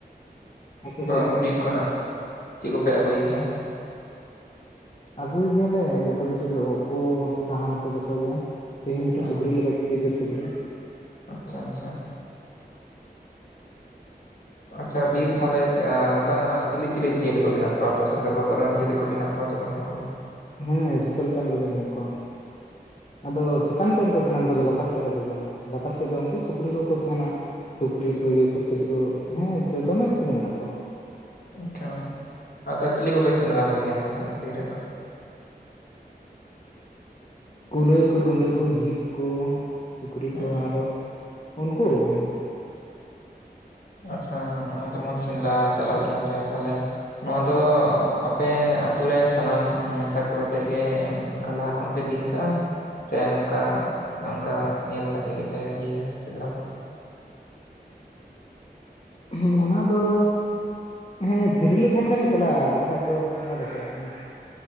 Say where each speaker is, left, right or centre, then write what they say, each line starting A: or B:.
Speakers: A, on the left; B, on the left.
A: ᱟᱯᱮ
B: ᱦᱩᱸ
A: ᱥᱮᱫ
B: ᱟᱫᱚ
A: ᱜᱮ
B: ᱵᱤᱨ ᱠᱷᱚᱱᱟᱜ ᱪᱮᱫ ᱠᱚᱯᱮ ᱟᱹᱜᱩᱭ ᱜᱮᱭᱟ
A: ᱟᱹᱜᱩᱭ ᱜᱮᱭᱟᱞᱮ ᱡᱚᱛᱚ ᱠᱤᱪᱷᱩ ᱩᱵ ᱠᱚ ᱥᱟᱦᱟᱱ ᱠᱚ ᱡᱚᱛᱚ ᱜᱮ ᱛᱮᱦᱤᱧ ᱢᱤᱫᱴᱮᱡ
B: ᱦᱩᱸ
A: ᱥᱩᱠᱨᱤᱞᱮ ᱜᱚᱡ ᱵᱤᱨ ᱥᱩᱠᱨᱤ
B: ᱟᱪᱪᱷᱟ ᱟᱪᱪᱷᱟ ᱟᱪᱪᱷᱟ ᱵᱤᱨ ᱛᱟᱦᱚᱞᱮ ᱱᱚᱝᱠᱟᱱᱟᱜ ᱪᱤᱞᱤ ᱪᱤᱞᱤ ᱡᱤᱭᱟᱹᱞᱤ ᱠᱚ ᱢᱮᱱᱟᱜ ᱠᱚᱣᱟ ᱟᱯᱮ ᱥᱮᱫ ᱫᱚ ᱵᱚᱛᱚᱨᱟᱱ ᱡᱤᱭᱟᱹᱞᱤ ᱠᱚ ᱢᱮᱱᱟᱜ ᱠᱚᱣᱟ ᱥᱮ ᱵᱟᱹᱱᱩᱜ ᱠᱚᱣᱟ
A: ᱦᱮᱸ ᱡᱚᱛᱚ ᱞᱮᱠᱟᱱ ᱠᱚᱜᱮ ᱢᱮᱱᱟᱜ ᱠᱚᱣᱟ ᱟᱫᱚ ᱪᱮᱛᱟᱱ ᱥᱮᱫ ᱨᱮᱠᱚ ᱛᱟᱦᱮᱱᱟ ᱩᱱᱠᱩ ᱫᱚ ᱞᱟᱛᱟᱨ ᱥᱮᱫ ᱨᱮᱫᱚ ᱵᱟᱝ ᱞᱟᱛᱟᱨ ᱥᱮᱫ ᱫᱚ ᱩᱱᱠᱩ ᱥᱩᱠᱨᱤ ᱠᱚᱠᱚ ᱛᱟᱦᱮᱱᱟ ᱥᱩᱠᱨᱤ ᱠᱚ ᱤᱭᱟᱹ ᱠᱚ ᱪᱤᱞᱤ ᱠᱚ ᱦᱮᱸ ᱫᱚᱢᱮ ᱠᱤᱪᱷᱩ ᱜᱮ ᱢᱮᱱᱟᱜ ᱠᱚᱣᱟ
B: ᱟᱪᱪᱷᱟ ᱟᱫᱚ ᱪᱤᱞᱤ ᱠᱚᱯᱮ ᱥᱮᱱᱫᱽᱨᱟ ᱠᱚ ᱜᱮᱭᱟ ᱛᱟᱦᱚᱞᱮ ᱵᱤᱨ ᱨᱮᱫᱚ
A: ᱠᱩᱞᱟᱹᱭ ᱠᱚ ᱨᱩᱸᱰᱟᱹ ᱠᱚ ᱡᱷᱤᱠ ᱠᱚ ᱥᱩᱠᱨᱤ
B: ᱦᱩᱸ
A: ᱠᱚ ᱟᱨᱦᱚ ᱩᱱᱠᱩ ᱠᱩ ᱜᱮ
B: ᱟᱪᱪᱷᱟ ᱱᱚᱜ ᱚᱭ ᱡᱮᱢᱚᱱ ᱥᱮᱸᱫᱽᱨᱟ ᱪᱟᱞᱟᱜ ᱜᱮᱭᱟ ᱯᱮ ᱛᱟᱦᱞᱮ ᱱᱚᱣᱟ ᱫᱚ ᱟᱯᱮ ᱟᱛᱩ ᱨᱮᱱ ᱥᱟᱱᱟᱢ ᱢᱮᱥᱟ ᱠᱚ ᱠᱟᱛᱮᱫ ᱜᱮ ᱠᱟ ᱞᱟᱦᱟ ᱠᱷᱚᱱ ᱯᱮ ᱫᱤᱱ ᱠᱟᱜᱼᱟ ᱥᱮ ᱱᱚᱝᱠᱟ ᱚᱱᱠᱟ ᱧᱮᱞ ᱠᱟᱛᱮ ᱜᱮᱯᱮ ᱤᱭᱟᱹ ᱥᱮᱸᱫᱽᱨᱟ ᱠᱚᱯᱮ
A: ᱦᱩᱸ ᱚᱱᱟ ᱫᱚ ᱦᱮᱸ ᱯᱷᱤᱨᱤᱞ ᱞᱮ ᱛᱟᱦᱮᱱ ᱠᱷᱟᱱ ᱞᱮ ᱪᱟᱞᱟᱜᱼᱟ ᱟᱨ ᱵᱟᱠᱷᱟᱡ ᱫᱚ ᱵᱟᱞᱮ ᱪᱟᱞᱟᱜ ᱠᱟᱱᱟ